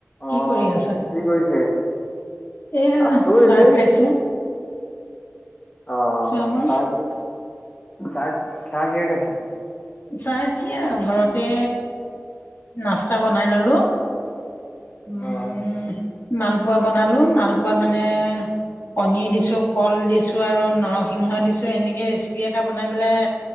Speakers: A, on the left (about 25°); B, on the left (about 50°).
A: অ
B: কি কৰি আছা
A: কি কৰিছে
B: এইয়া
A: আছো
B: চাহ
A: এনেই
B: খাইছোঁ
A: অ
B: আকৌ
A: চাহ কি চাহ চাহ কিহে খাইছে
B: চাহ কি আৰু ঘৰতে নাস্তা বনাই ললোঁ উম
A: অ
B: মালপোৱা বনালো মালপোৱাত মানে কণী দিছোঁ কল দিছোঁ আৰু নৰসিংহ দিছোঁ এনেকে ৰেচিপি এটা বনাই পেলাই